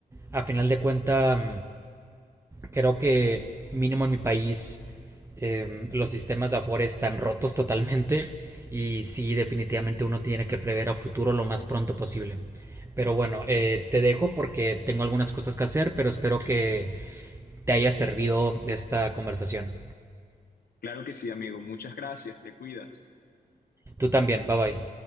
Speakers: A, on the right; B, on the left.
A: a final de cuenta creo que mínimo en mi país eh, los sistemas de Afore están rotos totalmente y sí definitivamente uno tiene que prever a futuro lo más pronto posible. Pero bueno, eh, te dejo porque tengo algunas cosas que hacer, pero espero que te haya servido esta conversación.
B: Claro que sí, amigo. Muchas gracias. Te cuidas.
A: Tú también, bye bye.